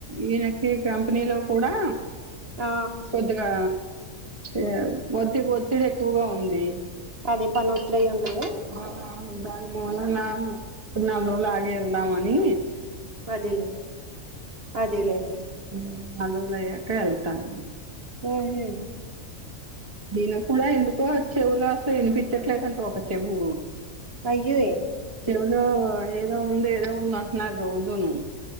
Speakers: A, on the right; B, on the right.
A: ఈయన ఈ కంపెనీలో కూడా
B: ఆ
A: కొద్దిగా ఏ ఒత్తి ఒత్తిడి ఎక్కువగా ఉంది.
B: అదే పని ఒత్తిడి అయి ఉంటది
A: ఆ గ మూలనా నాలుగు రోలు ఆగి ఎళ్దామని
B: అదేలే అదేలేండి
A: ఊ నలురోలు అయక వెళ్తాను
B: ఊహు
A: దీన కూడా ఎందుకో చెవులో అసలు వినిపించట్లేదంట ఒక చెవు
B: పయ్యోయే
A: చెవులో ఏదో ఉంది ఏదో ఉందంటున్నారు రోజు ను